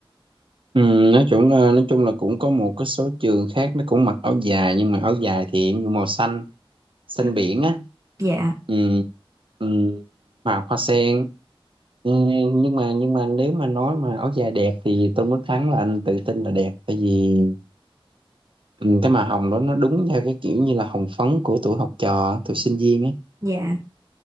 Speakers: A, on the right (about 60°); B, on the right (about 35°).
A: Ừ, nói chung là nói chung là cũng có một cái số trường khác nó cũng mặc áo dài nhưng mà áo dài thì em nhuộm màu xanh xanh
B: Ừ.
A: biển á
B: dạ
A: ừ, ừ, hoa hoa sen ừ, nhưng mà nhưng mà nếu mà nói mà áo dài đẹp thì Tôn Đức Thắng là anh tự tin là đẹp tại vì ừ, cái màu hồng đó nó đúng theo cái kiểu như là hồng phấn của tuổi học trò tuổi sinh viên á
B: dạ